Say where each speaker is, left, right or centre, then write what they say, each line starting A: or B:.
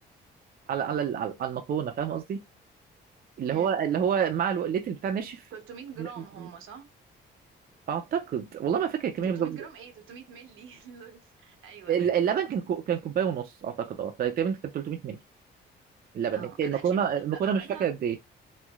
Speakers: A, on the right; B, on the right.
A: على على ال... على على المكرونة فاهم قصدي؟ اللي
B: امم
A: هو اللي هو مع الوقلات اللي بتاع ناشف
B: 300 جرام
A: ن- ن-
B: هم صح
A: اعتقد والله ما فاكر الكميه
B: 300
A: بالظبط
B: جرام ايه 300 مللي <laughs> لول ايوه
A: ال-
B: ايوه
A: اللبن كان كو... كان كوبايه ونص اعتقد اه فتقريبا كان 300 مللي اللبن
B: اه
A: المكرونه
B: انا اكشلي
A: المكرونه
B: بعملها
A: مش فاكر قد ايه